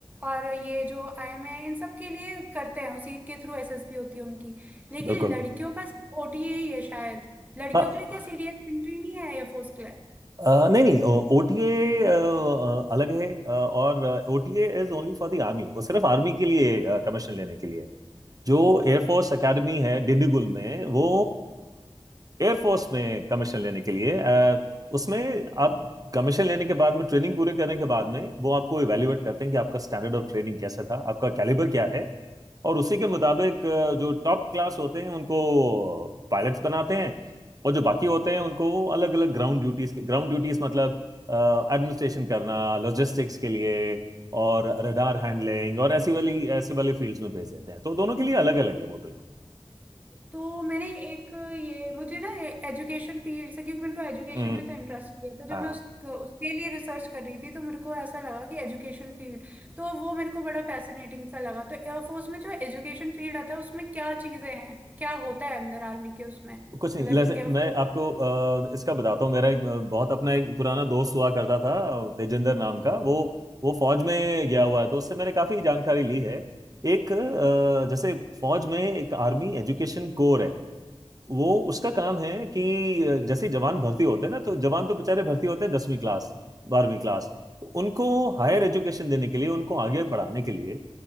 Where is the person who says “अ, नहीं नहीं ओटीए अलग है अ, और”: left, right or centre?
Right